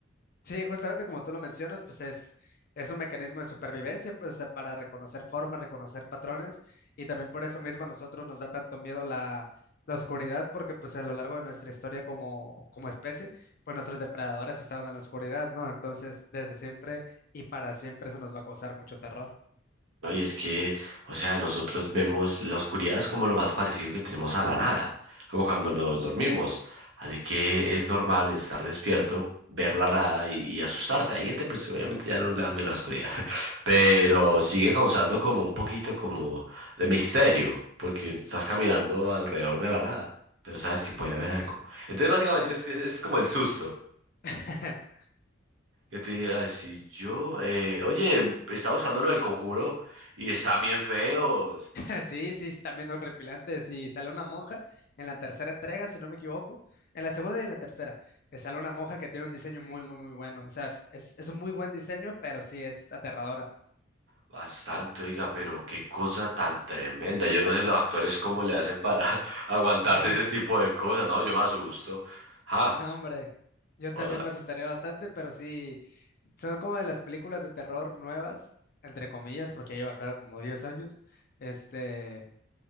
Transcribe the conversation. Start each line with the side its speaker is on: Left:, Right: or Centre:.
Left: Sí, justamente como tú lo mencionas, pues es, es un mecanismo de supervivencia, pues, o sea, para reconocer formas, reconocer patrones, y también por eso mismo a nosotros nos da tanto miedo la, la oscuridad, porque pues a lo largo de nuestra historia como, como especie, pues nuestros depredadores estaban en la oscuridad, ¿no? Entonces, desde siempre y para siempre eso nos va a causar mucho terror.
Right: No, y es que, o sea, nosotros vemos la oscuridad es como lo más parecido que tenemos a la nada, como cuando nos dormimos. Así que es normal estar despierto, ver la nada y, y asustarte. Hay gente, pues obviamente ya no le da miedo a la oscuridad, <laughs> pero sigue causando como un poquito como de misterio, porque estás caminando alrededor de la nada, pero sabes que puede haber algo. Entonces, básicamente
Left: Sí.
Right: es, que es, es como el susto.
Left: <laughs>
Right: Que te diga, si yo, eh, oye, estaba buscando lo del conjuro y están bien feos.
Left: <laughs> Sí, sí, sí, también horripilante. Sí, sale una monja en la tercera entrega, si no me equivoco. En la segunda y en la tercera. eh, Sale una monja que tiene un diseño muy, muy, muy bueno. O sea, es, es- es un muy buen diseño, pero sí es aterradora.
Right: Bastante, oiga, pero qué cosa tan tremenda. Yo no sé los actores cómo le hacen para <laughs> aguantarse
Left: <laughs>
Right: ese tipo de cosas. No, yo me asusto. Ja,
Left: No, hombre, yo
Right: o
Left: también
Right: sea,
Left: me asustaría bastante, pero sí, son como de las películas de terror nuevas, entre comillas, porque ya lleva acá como 10 años. Este.